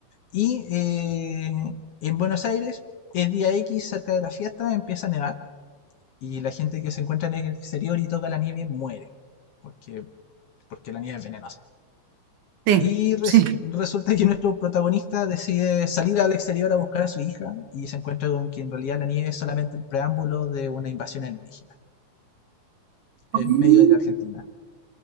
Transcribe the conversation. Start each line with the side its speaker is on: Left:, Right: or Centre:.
Left: y eh, en Buenos Aires, el día X, cerca de la fiesta, empieza a nevar y la gente que se encuentra en el exterior y toca la nieve muere, porque, porque la nieve es venenosa.
Right: sí,
Left: Y res-
Right: sí.
Left: resulta que nuestro protagonista decide salir al exterior a buscar a su hija y se encuentra con que en realidad la nieve es solamente el preámbulo de una invasión alienígena en
Right: Mm,
Left: medio de la Argentina.